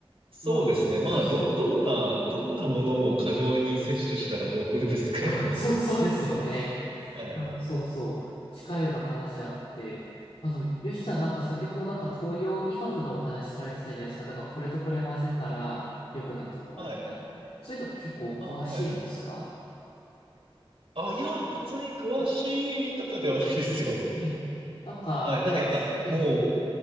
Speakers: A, on the right; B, on the left.
A: そうですね。
B: まあ、そ、
A: まあ、
B: そそこ、
A: ど、どんな、どんなものも過剰に摂取したら毒ですからね。
B: あ、そう、そうですよね。
A: <laughs> はい。
B: なんか、そうそう、近いような話あって、あの、よしさん、なんか先ほどなんか東洋医学のお話されてたじゃないですか。なんかこれとこれ混ぜたら良くなるとか悪くなるみたいな。
A: はい。
B: そういうの結構詳しいんですか
A: あ、はい。あ、いや、別に詳しいとかではないですよ。
B: あええ。なんか、
A: はい。なんかやっぱ、
B: いや、そ、ええ、
A: もう